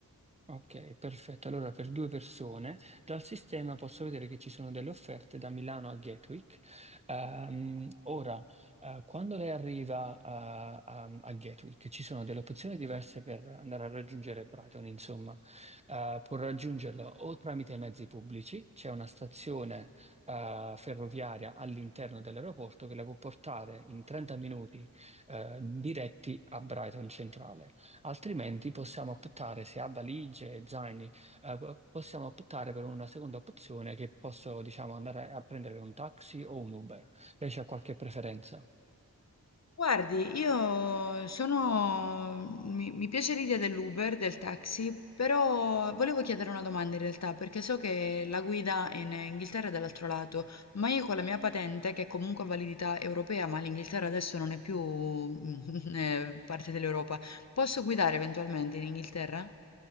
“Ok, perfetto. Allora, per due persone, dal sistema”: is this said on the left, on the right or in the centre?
Right